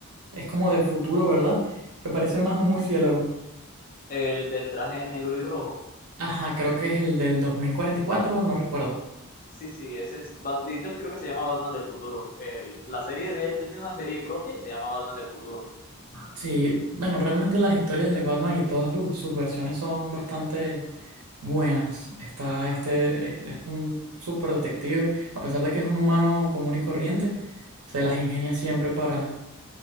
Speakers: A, on the right (about 80°); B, on the left (about 40°).
A: es como del futuro, ¿verdad? Que parece más un murciélago.
B: El del traje negro y rojo
A: Ajá, creo que es el del 2044, no recuerdo.
B: Sí, sí, ese es. Bat- De hecho, creo que se llama Batman del futuro. El- la serie de él, él tiene una serie propia y se llama Batman del futuro.
A: Sí, bueno, realmente las historias de Batman y todas lu- sus versiones son bastante buenas. Está este, él es un super detective, a pesar de que es un humano común y corriente, se las ingenia siempre para,